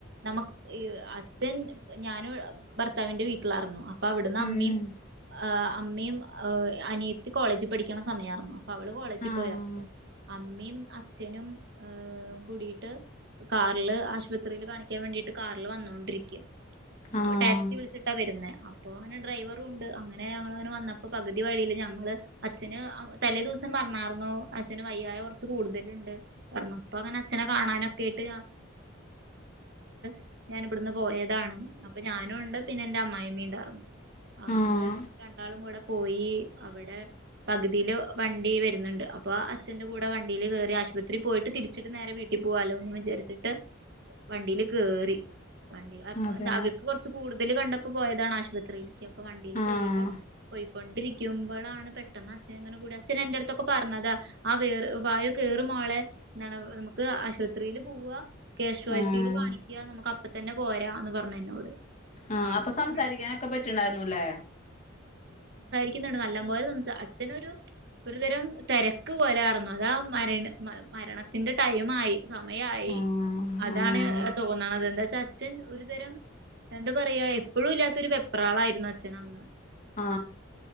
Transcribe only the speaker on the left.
ഉം
ആഹ്
ആഹ്
ആഹ്
അതെ
ആഹ്
ആഹ്
ആ
അപ്പൊ സംസാരിക്കാനൊക്കെ
പറ്റിണ്ടായിരുന്നുല്ലേ
ആഹ്
ആഹ്
ആ